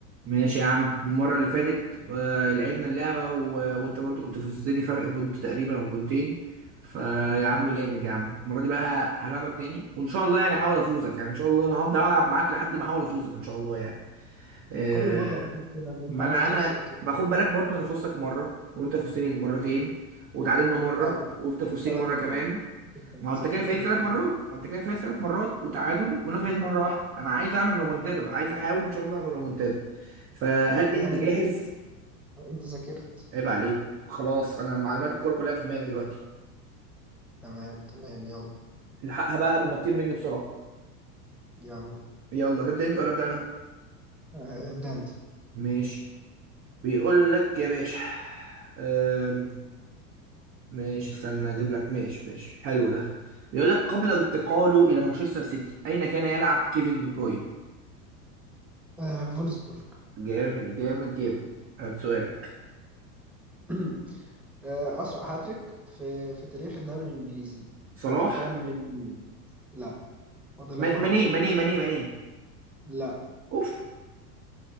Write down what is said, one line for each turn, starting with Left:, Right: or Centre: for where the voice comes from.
Right: ماشي يا عم المرة اللي فاتت آه، لعبنا اللعبة و... وانت برضو كنت فزتني فرق بونت تقريبا او بونتين فيا عم
Centre: مم.
Right: جامد يا عم المرة دي بقى هلعبك تاني وان شاء الله يعني هحاول افوزك يعني ان شاء الله انا هفضل العب معاك لحد ما احاول افوزك ان شاء الله يعني آه،
Centre: كل مرة بتقول كده إن أنت
Right: ما
Centre: عايز
Right: انا
Centre: تكسب
Right: انا
Centre: تكسب
Right: ما خد بالك برضو انا فزتك مرة وانت فزتني مرتين وتعادلنا مرة
Centre: لا لا
Right: وانت فزتني
Centre: ثلاث
Right: مرة
Centre: مرات
Right: كمان
Centre: كسبتك
Right: ما هو
Centre: كسبتك
Right: انت كده فايز
Centre: ثلاث
Right: ثلاث
Centre: مرات
Right: مرات ما انت كده فايز ثلاث مرات وتعادل وانا
Centre: مم.
Right: فايز مره واحده انا عايز اعمل رومونتادا
Centre: أيوة.
Right: بقى عايز احاول ان شاء الله اعمل رومونتادا فهل انت
Centre: يعني
Right: جاهز
Centre: ذاكرت أنت ذاكرت
Right: عيب عليك خلاص انا معلومات الكوره كلها في دماغي دلوقتي
Centre: تمام تمام يلا
Right: الحقها بقى قبل ما تطير مني بسرعه
Centre: يلا
Right: يلا تبدا انت ولا ابدا انا
Centre: آه ابدأ أنت
Right: ماشي بيقول لك يا باشا أم... ماشي استنى اجيب لك ماشي ماشي حلو ده بيقول لك قبل انتقاله الى مانشستر سيتي اين كان يلعب كيفن دي بروين
Centre: آه فولسبورج
Right: جامد جامد جامد هات سؤالك
Centre: <clears throat> آه أسرع هاتريك في في تاريخ الدوري الإنجليزي
Right: صلاح
Centre: آه كان من لا فاضل
Right: ما-
Centre: لك محاولتين
Right: ماني ماني ماني ماني
Centre: لا
Right: اوف